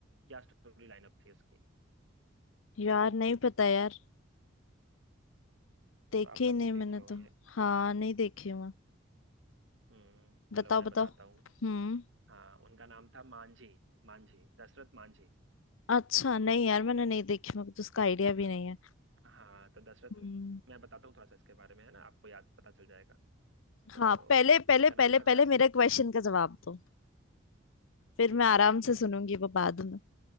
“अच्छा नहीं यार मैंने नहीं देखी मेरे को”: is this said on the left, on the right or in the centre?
Left